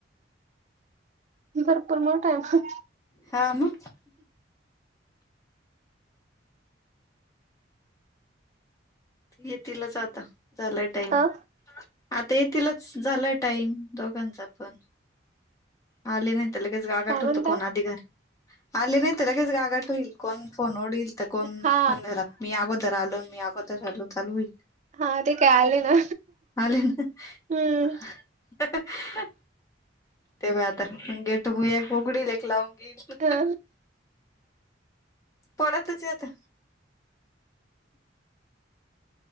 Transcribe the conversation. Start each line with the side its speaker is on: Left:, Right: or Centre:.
Right: भरपूर मोठाय म
Left: हा म येतीलच आता झालाय टाईम
Right: अ
Left: आता येथीलच झालाय टाईम दोघांचा पण आले नाय त लगेच गागाट
Right: काय
Left: होत
Right: म्हणता
Left: कोण आधी घरी आले नाय त लगेच गागाट होईल कोणं फोन ओढील त कोण
Right: हा
Left: पण दरा मी अगोदर आलो मी अगोदर आलो चालू होईल.
Right: हा ते काय आले ना
Left: आले न
Right: हम्म
Left: हं ते ब आता गेट एक उघडील एक लावून घेईल.
Right: हा
Left: पळतच येता